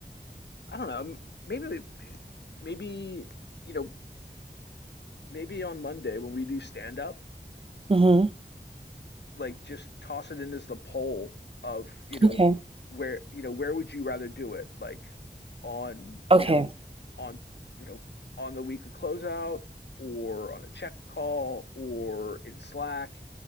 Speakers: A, on the left; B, on the right.
A: I don't know. m- Maybe, we- maybe you know, maybe on Monday when we do stand up,
B: Mm-hmm.
A: like just toss it in as the poll of you know
B: Okay.
A: where you know where would you rather do it? Like on
B: Okay.
A: you know on you know on the weekly closeout or on a check call or in Slack.